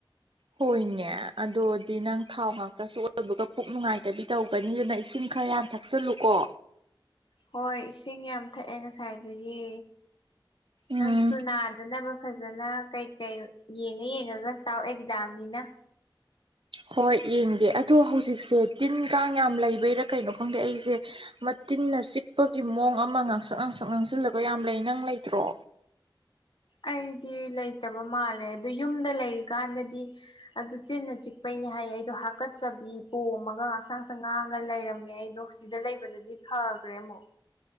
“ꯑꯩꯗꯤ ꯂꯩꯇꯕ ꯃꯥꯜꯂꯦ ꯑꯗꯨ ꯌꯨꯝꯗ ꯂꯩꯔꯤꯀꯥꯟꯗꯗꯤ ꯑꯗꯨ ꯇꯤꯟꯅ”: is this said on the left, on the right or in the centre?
Left